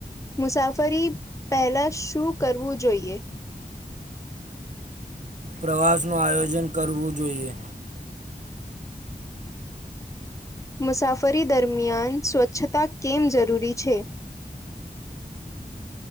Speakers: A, on the left (about 20°); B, on the right (about 50°).
A: મુસાફરી પહેલા શું કરવું જોઈએ?
B: પ્રવાસનું આયોજન કરવું જોઈએ.
A: મુસાફરી દરમિયાન સ્વચ્છતા કેમ જરૂરી છે?